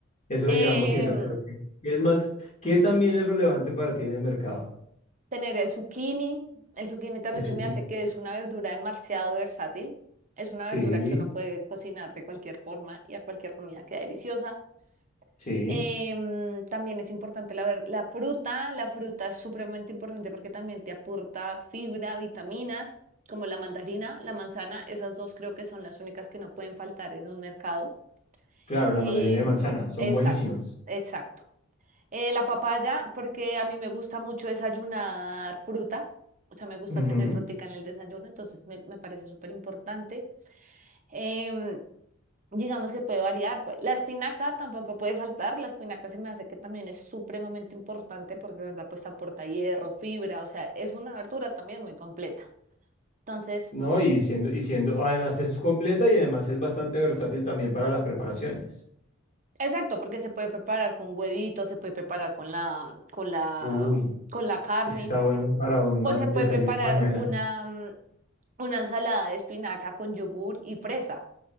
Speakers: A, on the left; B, on the right.
A: Eso
B: Em,
A: lo llevamos siempre, pero ¿qué, qué es más? ¿Qué también es relevante para ti en el mercado?
B: tener el zucchini. El zucchini también
A: El zucchini.
B: se me hace que es una verdura demasiado versátil. Es una
A: Sí,
B: verdura que uno puede cocinar de cualquier forma y a cualquier comida queda deliciosa.
A: sí.
B: Em, también es importante la, ver- la fruta. La fruta es supremamente importante porque también te aporta fibra, vitaminas, como la mandarina, la manzana. Esas dos creo que son las únicas que no pueden faltar en un mercado.
A: Claro, la
B: Eh,
A: mandarina de manzana, son
B: exacto,
A: buenísimas.
B: exacto. Eh, la papaya, porque a mí me gusta mucho desayunar fruta, o sea, me gusta
A: Ujú.
B: tener frutica en el desayuno, entonces me, me parece súper importante. Em, digamos que puede variar, pues. La espinaca tampoco puede faltar, la espinaca se me hace que también es supremamente importante porque, de verdad, pues aporta hierro, fibra, o sea, es una verdura también muy completa. Entonces,
A: No, y siendo, y siendo, además es completa y además es bastante versátil también para las preparaciones.
B: exacto, porque se puede preparar con huevito, se puede preparar con la, con la,
A: Uy,
B: con la carne.
A: ese está bueno para un
B: O
A: al-
B: se puede
A: desayuno
B: preparar
A: mañana.
B: una, Una ensalada de espinaca con yogur y fresa.